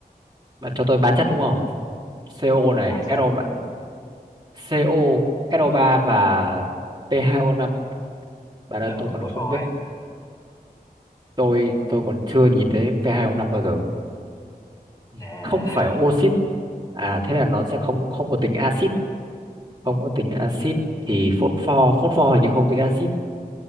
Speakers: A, on the right (about 30°); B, on the left (about 25°).
A: bạn cho tôi ba chất đúng không CO này
B: À chết.
A: SO3 CO so
B: Ừ,
A: ba và P2O5 bạn
B: ờ,
A: ơi tôi còn
B: phosphor
A: không biết
B: ấy.
A: tôi tôi còn chưa nhìn thấy P2O5 bao giờ Ừ,
B: À,
A: không phải oxit à thế là nó sẽ không không có tính axit không có tính axit thì phốt pho phốt pho hình như không tính axit